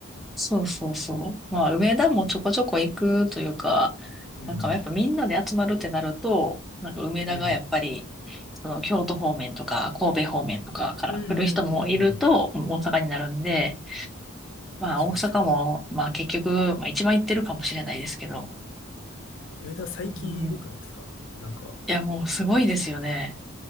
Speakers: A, in the centre; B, on the left.
A: そうそうそう。まあ、梅田もちょこちょこ行くというか、
B: うん
A: なんかやっぱみんなで集まるってなると、なんか梅田がやっぱり、
B: うん。うん。
A: その京都方面とか神戸方面とかから来る人もいると、
B: うんうんうんうん。
A: もう大阪になるんで、まあ大阪も、
B: そうっすよ。
A: まあ結局、まあ一番行ってるかもしれないですけど、
B: 梅田最近えぐくないですかなんか、
A: うんいやもうすごいですよね。